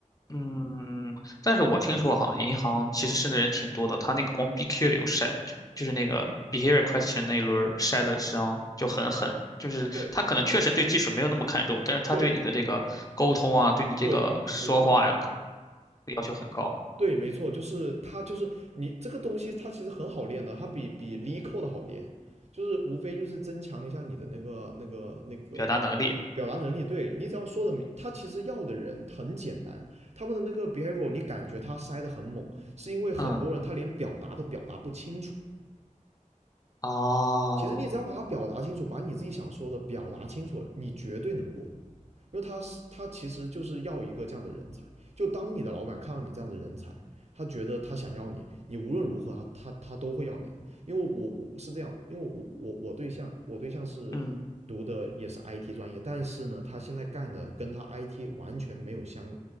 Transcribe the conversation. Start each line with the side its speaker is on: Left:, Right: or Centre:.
Left: 嗯，但是我听说哈，银行其实申的人挺多的，他那个光 BQ 流筛，就就是那个 behavior question 那一轮儿筛的实际上就很狠，就是他可能确实对技术没有那么看重，
Right: 对
Left: 但是他对你的这个沟通啊，
Right: 对
Left: 对你这个说话呀、
Right: 对，没错。
Left: 要求很高，
Right: 对，没错，就是它，就是你这个东西，它其实很好练的，它比比 l e c o d 好练，就是无非就是增强一下你的那个那个那个
Left: 表达能力。
Right: 表达能力。对你只要说的明，他其实要的人很简单，他们的那个 behavior 你感觉他塞的很猛，是因为很多人他连表达都表达不清楚。
Left: 嗯，啊，
Right: 其实你只要把它表达清楚，把你自己想说的表达清楚了，你绝对能过。因为他是他其实就是要一个这样的人才。就当你的老板看到你这样的人才，他觉得他想要你，你无论如何他他他都会要你的。因为我我是这样，因为我我我对象我对象是读的也是
Left: 嗯，
Right: IT 专业，但是呢，他现在干的跟他 IT 完全没有相